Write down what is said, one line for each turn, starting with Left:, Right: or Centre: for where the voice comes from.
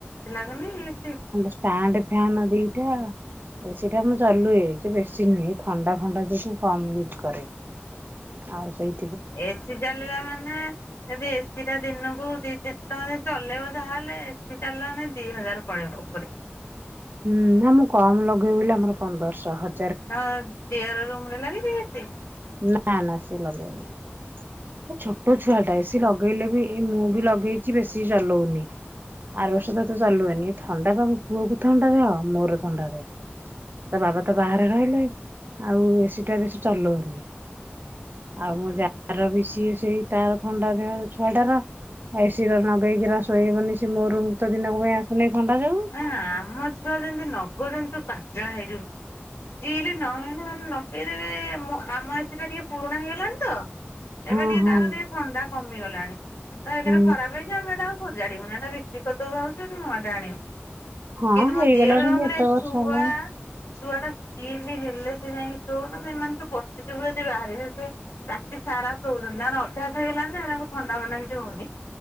Left: ଲାଗୁନି ଏସି
Right: ଷ୍ଟାଣ୍ଡ ଫ୍ୟନ୍ ଦିଟା ଏସିଟା ମୁଁ ଚଲୁଏ ଯେ ବେଶୀ ନୁହେଁ ଏ ଥଣ୍ଡା ଫଣ୍ଡା ଯୋଗୁ କମ ୟୁଜ କରେ ଆଉ ସେଇ
Left: ଏସି ଚାଲିଲା ମାନେ ଯଦି ଏସି ଟା ଦିନକୁ ଦିି ତିନି ଚଲେଇବ ଯାହାହେଲେ ଏସି ଚାଲିଲା ମାନେ ଦି ହଜାରେ ପଳେଇବ ଉପରେ।
Right: ହୁଁ ନା ମୁଁ କମ ଲଗୁଏ ବୋଲି ଆମର ପନ୍ଦରଶହ ହ
Left: ହଁ ଦିଅର ରୁମରେ ଲାଗିଛି ଏସି?
Right: ନା ନା ସେ ଲଗେଇନି ସେ ଛୋଟ ଛୁଆଟା ଏସି ଲଗେଇଲେ ବି ଏଇ ମୁଁ ବି ଲଗେଇଛି ବେଶୀ ଚଲଉନି ଆର ବର୍ଷ ତ ଏତେ ଚଲୁଏନି ଥଣ୍ଡା ପା ମୋ ପୁଅକୁ ଥଣ୍ଡା ଦେଅ ମୋର ଥଣ୍ଡା ଦେଅ ତା ବାବା ତ ବାହାରେ
Left: ଆ
Right: ରହିଲେ ଆଉ ଏସିଟା ବେଶୀ ଚଲଉନି ଆଉ ମୋ ଯାାର ବି ସିଏ ସେଇ ତାର ଥଣ୍ଡା ଦେହ ଛୁଆଟାର ଏସି ତ ଲଗେଇକି ର ସୋଇହବନି ସେ ମୋ ରୁମ କୁ ତ ଦିନକ ପାଇଁ ଆସୁନି ଥଣ୍ଡା ଯୋଗୁ।
Left: ନା ଆମ ଛୁଆ ଯେମିତି ନଗଉଛନ୍ତି ତୁ ପାାଗଳା ହେଇଜିବୁ। ଚିଲ ନହେନେ ମାନେ ନଗେଇଦେବେ ଆମ ଏସଟା ଟିକେ ପୁରୁଣା ହେଇଗଲାଣି ତ
Right: ହଁ
Left: ଏବେ ଟିକେ
Right: ହଁ
Left: ତାର ଟିକେ ଥଣ୍ଡା କମିଗଲାଣି ତ ଏଟା ଏକ
Right: ହୁଁ
Left: ରେ ଖରାପ ହେଇଛି ଆମେ ଏଟା ଆଉ ସ ସଜାଡ଼ିବୁନି ଏଟା ବିକ୍ରି କରିଦବୁ ଭାବିଛୁ ଗୋଟେ ନୂଆ ଟେ ଆଣିବୁ।
Right: ହଁ
Left: କିନ୍ତୁ ମ
Right: ହେଇଗଲାଣି
Left: ଦିଅର ରୁମରେ
Right: ବି ଏତେ
Left: ଏ
Right: ବର୍ଷ
Left: ଛୁଆ
Right: ହେଲାଣି।
Left: ଛୁଆ ଟା ଚିଲ ହେଲେ ସେ ଯାଇକି ଶଉଚନ୍ତି ନହେଲେ ତୁ ପଶିଯିବୁ ଯଦି ବାହାରିବେ ସେ ରାତି ସାରା ଶଉଛନ୍ତି ତାଙ୍କର ଅଭ୍ୟାସ ହେଇଗଲାଣି ନା ହେରାଙ୍କୁ ଥଣ୍ଡା ଫଣ୍ଡା କିଛି ହଉନି।